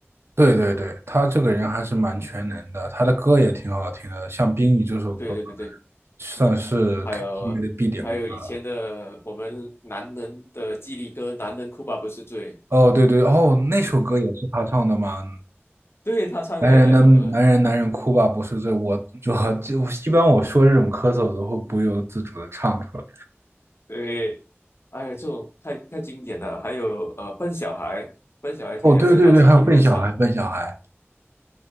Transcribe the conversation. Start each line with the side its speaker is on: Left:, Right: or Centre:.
Right: 对对对，他这个人还是蛮全能的，他的歌也挺好听的，像《冰雨》这首歌，
Left: 对对对对，
Right: 算是
Left: 还有还有以前的我们男人的激励歌《男人哭吧不是罪》，
Right: KTV 的必点歌了。哦，对对，哦，那首歌也是他唱的吗？
Left: 对他唱的那首歌，
Right: 男人男男人男人哭吧，不是罪。我我就一般我说这种咳嗽，我都会不由自主的唱出来。
Left: 对，哎呀，这种太太经典了。还有呃，笨小孩，笨小孩也是他其中一个唱。
Right: 哦，对对对，还有笨小孩笨小孩，